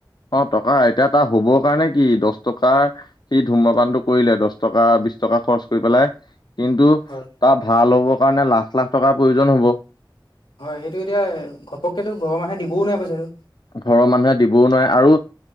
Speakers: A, on the left; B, on the left.
A: অ' টকা এতিয়া তাৰ শুব কাৰণে কি দশ টকাৰ সি ধূম্ৰপানটো কৰিলে দশ টকা বিশ টকা খৰচ কৰি পেলাই কিন্তু
B: হয়
A: তাৰ ভাল হ'ব কাৰণে লাখ লাখ টকাৰ প্ৰয়োজন হ'ব।
B: হয় সেইটো এতিয়া ঘপককেতো ঘৰৰ মানুহে দিবও নাই পইচাটো।
A: ঘৰৰ মানুহে দিবও নোৱাৰে আৰু।